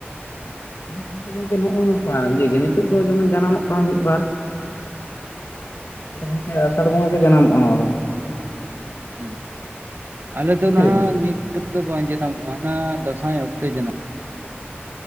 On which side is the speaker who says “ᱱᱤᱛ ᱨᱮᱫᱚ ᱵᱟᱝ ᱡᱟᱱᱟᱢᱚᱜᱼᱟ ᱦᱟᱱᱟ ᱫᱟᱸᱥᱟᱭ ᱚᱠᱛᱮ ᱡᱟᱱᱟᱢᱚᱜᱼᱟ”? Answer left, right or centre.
Right